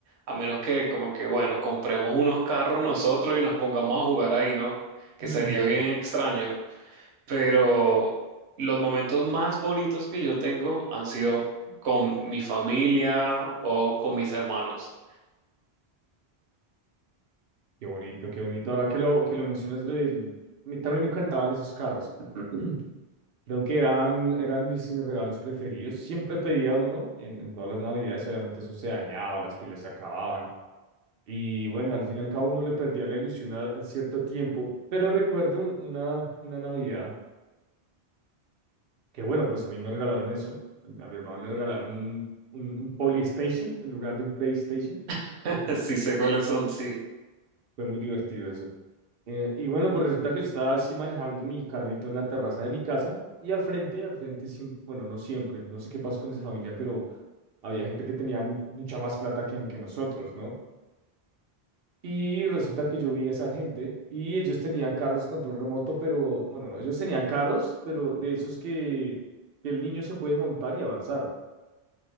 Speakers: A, on the right (about 90°); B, on the right (about 65°).
A: a menos que como que, bueno, compremos unos carros nosotros y nos pongamos a jugar ahí, ¿no? Que
B: Mm,
A: sería
B: Sí,
A: bien extraño. Pero los momentos más bonitos que yo tengo han sido con mi familia o con mis hermanos.
B: qué bonito, qué bonito. Ahora que lo, que lo mencionas, lo del- a mí también me encantaban esos carros. <clears throat> Creo que eran, eran mis, mis regalos preferidos. Siempre pedía uno en, en todas las navidades. Obviamente eso se dañaba, las pilas se acababan. Y bueno, al fin y al cabo uno le perdía la ilusión a, en cierto tiempo. Pero recuerdo un- una, una Navidad que bueno, pues a mí me regalaron eso. A mi hermano le regalaron un, un, un Polystation en lugar de un PlayStation.
A: <laughs>
B: Divertido.
A: Sí sé cuáles son, sí.
B: Fue muy divertido eso. Eh, y bueno, pues resulta que yo estaba así manejando mi carrito en la terraza de mi casa y al frente, al frente, siem- bueno, no siempre, no sé qué pasó con esa familia, pero Había gente que tenía mu- mucha más plata que, que nosotros, ¿no? Y resulta que yo vi a esa gente y ellos tenían carros control remoto, pero, bueno, no, ellos tenían carros, pero de esos que, que el niño se puede montar y avanzar,